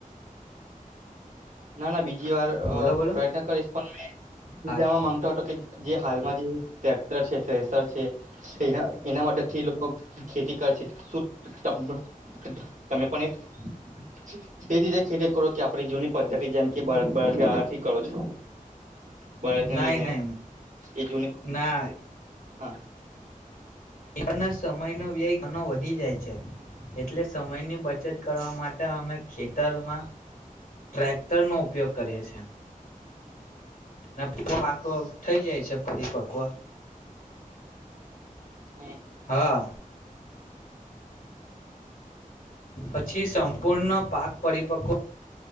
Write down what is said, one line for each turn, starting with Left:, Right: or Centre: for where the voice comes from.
Right: ના ના બીજી વાર અ
Left: બોલો બોલો
Right: પ્રયત્ન કરીશ પણ હું
Left: હા
Right: મેં જાવા માંગતો હતો કે જે હાલમાં જે ત્યા એના મદદ થી લોકો ખેતી કર છે શ તમે પણ તે જ રીતે ખેતી કરો કે આપડી જૂની પદ્ધતિ જેમ કે ભત ભર ગથી કરો છો બળદને
Left: ના
Right: લઈને
Left: ના
Right: એ જૂની
Left: ના
Right: હા
Left: એક ના સમય ન વ્યય ઘણો વધી જાય છે એટલે સમયની બચત કરવા માટે અમે ખેતરમાં ટ્રેક્ટર નો ઉપયોગ કરીએ છ છેએ ના પાકો થઇ જાય છે પરિપક્વ
Right: હા
Left: હા પછી સમભ પૂર્ણ પાક પરરીિપક્વ